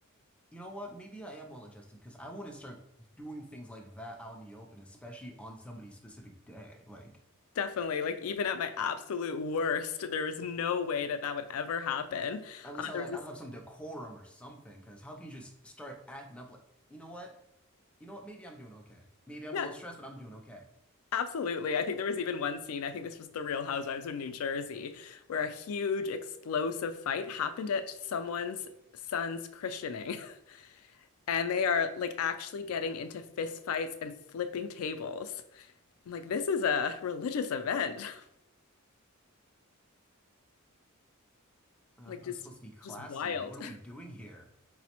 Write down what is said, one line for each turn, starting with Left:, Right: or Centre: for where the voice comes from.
Centre: You know what? Maybe I am well adjusted because I wouldn't start doing things like that out in the open, especially on somebody's specific day. Like,
Left: Definitely. Like even at my absolute worst, there was no way that that would ever happen.
Centre: at
Left: Uh,
Centre: least I
Left: there
Centre: like
Left: was this,
Centre: I'll have some decorum or something. Because how can you just start acting up like, you know what? You know what? Maybe I'm doing okay. Maybe I'm
Left: yeah,
Centre: a little stressed, but I'm doing okay.
Left: absolutely. I think there was even one scene. I think this was The Real Housewives of New Jersey, where a huge explosive fight happened at someone's son's christening, <laughs> and they are like actually getting into fist fights and flipping tables. I'm like, this is a religious event. <laughs>
Centre: Uh,
Left: Like
Centre: I thought
Left: just,
Centre: I was supposed to be classy.
Left: just wild.
Centre: Like, what are we doing here?